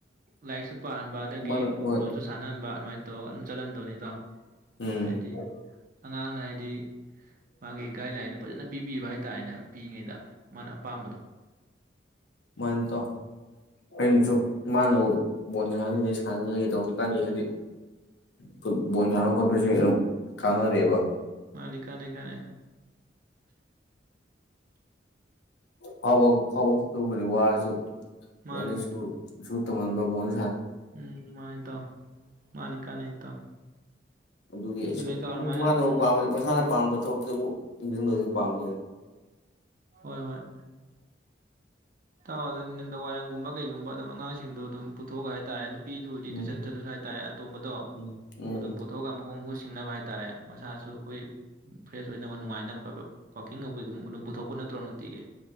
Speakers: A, on the right; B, on the left.
A: ꯂꯥꯏꯔꯤꯛꯁꯨ ꯄꯥꯍꯟꯕ ꯑꯗꯒꯤ
B: ꯃꯥꯅ ꯍꯣꯏ
A: ꯕꯣꯜꯁꯨ ꯁꯥꯟꯅꯍꯟꯕ ꯑꯗꯨꯃꯥꯏꯅ ꯇꯧꯔꯒ ꯑꯗꯨꯝ ꯆꯂꯟꯗꯣꯅꯦꯗ <inaudible>
B: ꯎꯝ
A: ꯍꯥꯏꯗꯤ ꯑꯉꯥꯡꯅ ꯍꯥꯏꯗꯤ ꯃꯥꯒꯤ ꯒꯥꯏꯗꯂꯥꯏꯟꯗ ꯐꯖꯅ ꯄꯤꯕꯤꯕ ꯍꯥꯏꯇꯥꯔꯦ ꯄꯤꯛꯏ ꯉꯩꯗ ꯃꯥꯅ ꯑꯄꯥꯝꯕꯗꯣ
B: ꯃꯥꯅꯤ ꯏꯇꯥꯎ ꯑꯩꯅꯁꯨ ꯃꯥꯃꯅꯕꯨ ꯕꯣꯜ ꯁꯥꯟꯅꯅꯤꯡꯉꯤ ꯁꯥꯟꯅꯍꯟꯒꯦ ꯇꯧꯅꯦ ꯍꯧꯖꯤꯛꯀꯥꯟꯗꯤ ꯍꯥꯏꯗꯤ ꯐꯨ ꯕꯣꯜ ꯁꯥꯟꯅꯕ ꯈꯣꯠꯄꯁꯤ ꯑꯗꯨꯝ ꯀꯥꯟꯅꯔꯦꯕ
A: ꯀꯅꯤ ꯀꯥꯟꯅꯩ ꯀꯥꯟꯅꯩ
B: ꯐꯥꯎꯕꯕꯨ ꯐꯥꯎꯕ ꯀꯕꯨꯗꯤ ꯋꯥꯔꯁꯨ
A: ꯃꯥꯅꯤ
B: ꯂꯥꯏꯔꯤꯛ ꯂꯩꯁꯨ ꯕꯕꯣꯟ
A: ꯎꯝ ꯃꯥꯟꯅꯤ ꯏꯇꯥꯎ ꯃꯥꯟꯅꯤ ꯀꯥꯟꯅꯩ ꯏꯇꯥꯎ
B: ꯑꯗꯨꯒꯤ
A: ꯑꯗꯨꯅꯤ
B: ꯏꯁꯨ
A: ꯏꯇꯥꯎ ꯑꯗꯨꯃꯥꯏꯅ
B: ꯃꯥꯅꯕꯨ
A: ꯎꯝ
B: ꯄꯥꯝꯕ ꯃꯁꯥꯅ ꯄꯥꯝꯗ ꯇꯧꯇꯕꯨ <unintelligible> ꯄꯥꯡ
A: ꯍꯣꯏ ꯍꯣꯏ ꯏꯇꯥꯎ ꯑꯗꯨ ꯅꯤꯡꯗꯥꯡꯋꯥꯏꯔꯝꯒꯨꯝꯕ ꯀꯩꯒꯨꯝꯕ ꯑꯗꯨꯝ ꯑꯉꯥꯡꯁꯤꯡꯗꯣ ꯑꯗꯨꯝ ꯄꯨꯊꯣꯛꯒ ꯍꯥꯏꯇꯥꯔꯦ ꯅꯨꯄꯤꯗꯨꯕꯨꯗꯤ
B: ꯎꯝ
A: ꯇꯨꯏꯁꯟ ꯆꯠꯂꯁꯨ ꯍꯥꯏꯇꯥꯔꯦ ꯑꯇꯣꯝꯕꯗꯣ
B: ꯎꯝ ꯎꯝ
A: ꯑꯗꯨꯝ ꯄꯨꯊꯣꯛꯑꯒ ꯃꯈꯣꯡ ꯃꯈꯨꯠ ꯁꯤꯡꯅꯕ ꯍꯥꯏꯇꯥꯔꯦ ꯃꯁꯥꯁꯨ ꯑꯩꯈꯣꯏ ꯐ꯭ꯔꯦꯁ ꯑꯣꯏꯅꯕ ꯅꯨꯡꯉꯥꯏ <unintelligible> ꯀꯤꯡꯒꯨꯝ ꯀꯩꯒꯨꯝ ꯑꯗꯨꯝ ꯄꯨꯊꯣꯛꯄ ꯅꯠꯇ꯭ꯔꯣ ꯊꯤꯒꯦ